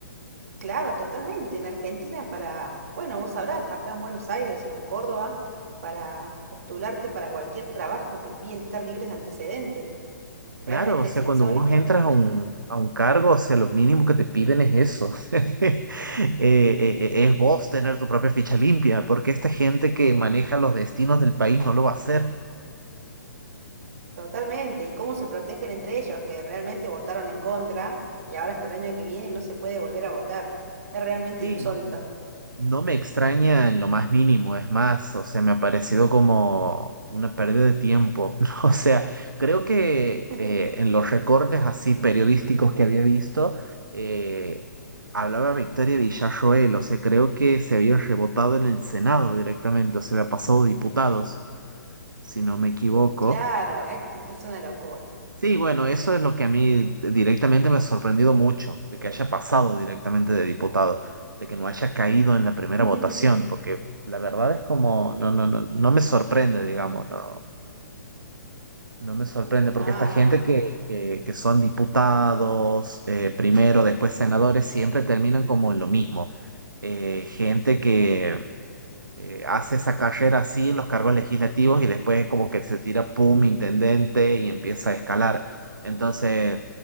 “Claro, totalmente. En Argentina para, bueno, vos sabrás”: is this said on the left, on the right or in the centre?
Right